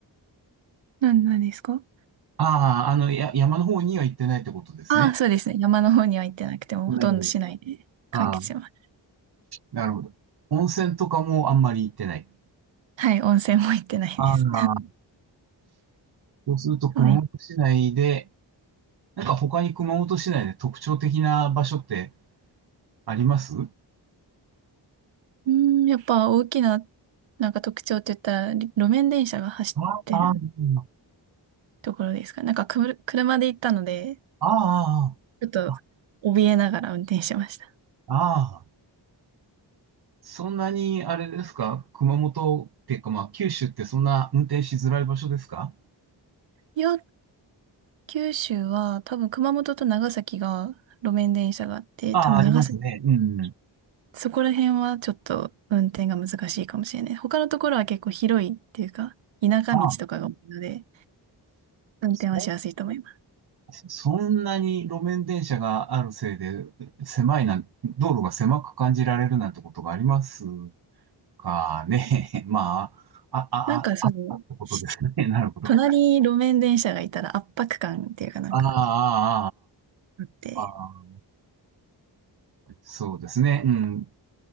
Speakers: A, on the right; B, on the right.
A: なん、なんですか
B: <laughs> ああ、あの、や、山の方には行ってないってことですね。
A: ああ、そうですね。山の方には行ってなくても、
B: なるほど。
A: ほとんど市内で完結します。
B: ああ、なるほど。温泉とかもあんまり行ってない。
A: はい、温泉も行ってないです。
B: ああ、そうすると熊本市内で、
A: <laughs> まあい
B: なんか他に熊本市内で特徴的な場所ってあります
A: うーん、やっぱ大きな、なんか特徴って言ったら、り路面電車が走ってる
B: ああ、ああ、
A: ところですか。なんかくる、車で行ったので、
B: あ
A: ちょっと
B: あ、あ
A: 怯えながら運転してました。
B: あ、ああそんなに、あれですか熊本っていうか、まあ、九州ってそんな運転しづらい場所ですか
A: いや、九州は多分熊本と長崎が路面電車があって、
B: ああ、
A: 多分長崎、
B: ありますね。うんうん。
A: そこら辺はちょっと運転が難しいかもしれない。他のところは結構広いっていうか、田舎道とかが多いので、
B: ああ、
A: 運転はしやすいと思います。
B: そ、そんなに路面電車があるせいで、狭いな、道路が狭く感じられるなんてことがありますかね。<laughs> まあ、あ、あ、
A: なんかその、
B: あ、あったってことですね。
A: し
B: <laughs> なるほど。
A: 隣に路面電車がいたら圧迫感っていうかなんか
B: ああ、あ
A: あって、
B: あ、ああ、ああそうですね。うん。